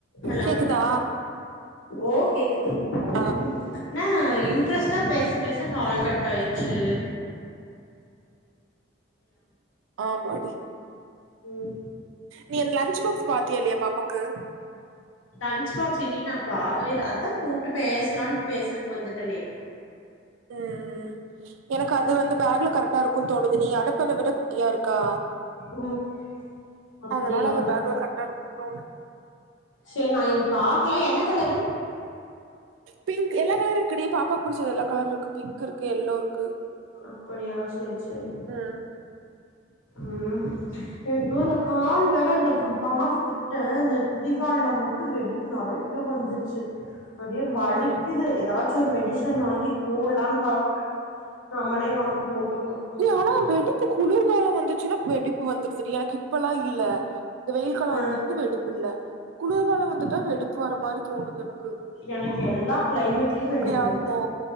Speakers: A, on the left; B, on the right.
A: Hello
B: கேக்குதா
A: ஓ கேக்குது
B: ஆ
A: ம் ன்ன இன்ட்ரஸ்ட்டா பேச பேச கால் கட் ஆய்டுச்சி
B: ஆமாடி
A: ம்
B: நீ லன்ச்பாக்ஸ் பாத்தியா இல்லையா பாப்பாக்கு
A: லன்ச் பாக்ஸ் இனி நா பாக்கவேல்ல அதா கூப்ட்டு பேசலான்ட்டு பேசுறக்கு வந்துட்டனே <inaudible>
B: உம்ம் எனக்கு அது வந்து பேக்ல கரெக்டா இருக்கு தோணுது நீ அனுப்பன விட குட்டியா இருக்கா
A: ம் அப்டியா
B: அதனால அந்த பேக்ல கரெக்டா இருக்குன் தோணுது
A: ச்சேர் நா இன் பாக்கல என்ன கலரு
B: பிங்க் எல்லா கலர் இருக்குடி பாப்பாகு புடிச்சது எல்லா கலர் இருக்கு பிங்க் இருக்கு எல்லோ இருக்கு
A: அப்படியா சேரி சேரி
B: ம்
A: ம் இப்போ இந்த கால் வேற இந்த ப்ம் பாதத் த்துக்கிட்ட இந்த குதிகால்ல மட்டு வெடிப்பு நறையா வந்துச்சு அப்டியே வழிக்குது
B: ம்
A: ஏதாச்சு ஒரு மெடிசன் வாங்கி போட்லான் பாக்குறே நம்மளே வாங்கி போட்டுக்கணு
B: ஆனா வெடிப்பு குளிர்காலோ வந்து ச்சுனா வெடிப்பு வந்தரு செரியா எனக்கு இப்பெல்லா இல்ல இந்த வெயில் காலோ
A: ஆ
B: வந்ததுல இருந்து வெடிப்பு இல்ல குளிர்காலோ வந்துட்டா வெடிப்பு வர மாரி தோணுது எனக்கு
A: எனக்கு எல்லா கிளைமேட்லயு வெடிப்பு
B: இப்டி
A: இருக்கு
B: ஆகுமோ